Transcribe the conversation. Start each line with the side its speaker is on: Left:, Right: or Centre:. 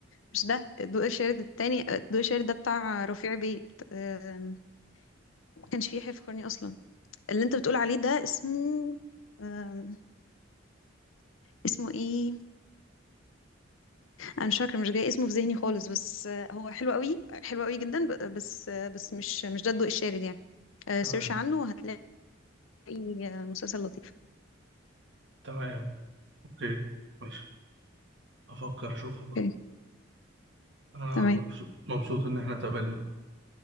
Left: مش ده الضوء الشارد التاني الضوء الشارد ده بتاع رفيع بيت أم، ما كانش فيه يحيى فخرني أصلا اللي أنت بتقول عليه ده اسمه أم، اسمه ايه انا مش فاكره مش جاي اسمه في ذهني خالص بس آه، هو حلو قوي حلو قوي جدا ب- بس آه، بس مش مش ده الضوء الشارد يعني آه،
Right: تمام
Left: سيرش عنه وهتلاقي آه، مسلسل لطيف
Right: تمام اوكي ماشي افكر اشوفه
Left: اوكي
Right: انا
Left: تمام
Right: مبسوط مبسوط ان احنا اتقابلنا